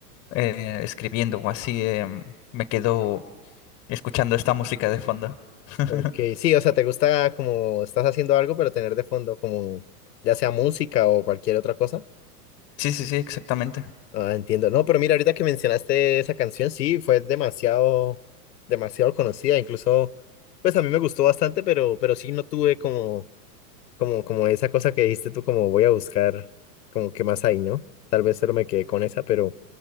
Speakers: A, on the left; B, on the left.
A: eh, escribiendo o así, em, me quedo escuchando esta música de fondo. <laughs>
B: Ok, sí, o sea, te gusta como estás haciendo algo, pero tener de fondo como ya sea música o cualquier otra cosa.
A: Sí, sí, sí, exactamente.
B: Ah, entiendo. No, pero mira, ahorita que mencionaste esa canción, sí, fue demasiado, demasiado conocida. Incluso, pues a mí me gustó bastante, pero, pero sí no tuve como como, como esa cosa que dijiste tú, como voy a buscar, como qué más hay, ¿no? Tal vez solo me quedé con esa, pero,